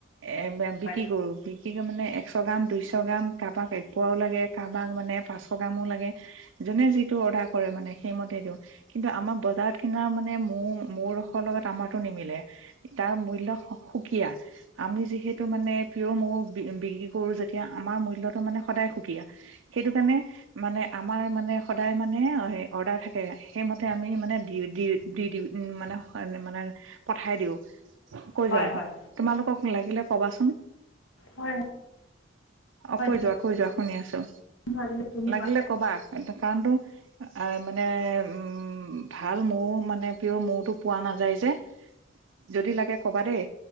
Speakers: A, on the right (about 70°); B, on the left (about 70°).
A: এ
B: হয়
A: বিক্ৰী কৰো বি- কি কয় মানে একশ গ্ৰাম দুইশ গ্ৰাম কাৰোবাক এপোৱাও লাগে কাৰোবাক মানে পাঁচশ গ্ৰামো লাগে যোনে যিটো অৰ্ডাৰ কৰে মানে সেইমতে দিওঁ কিন্তু আমাৰ বজাৰত কিনা মানে মোৰ মোৰ লগত আমাৰটো নিমিলে তাৰ মূল্ সুকীয়া আমি যিহেতু মানে পিয়ৰ মৌ বিক্ৰী কৰো যেতিয়া আমাৰ মূল্য়তটো মানে সদায় সুকীয়া সেইটো কাৰণে মানে আমাৰ মানে সদায় মানে অৰ্ডাৰ থাকে সেইমতে আমি মানে দি দি দি দিওঁ মানে মানে পঠাই দিওঁ। কৈ
B: হয়
A: যোৱা
B: হয়
A: তোমালোকক লাগিলে ক'বাচোন
B: হয় হয়
A: অ
B: হয়
A: কৈ যোৱা কৈ যোৱা শুনি আছো
B: আজিলৈ শুনি
A: লাগিলে
B: পোৱা
A: কবা কাৰণতো। আৰু মানে উম ভাল মৌ মানে পিয়ৰ মৌতটো পোৱা নাযায় যে যদি লাগে কবা দেই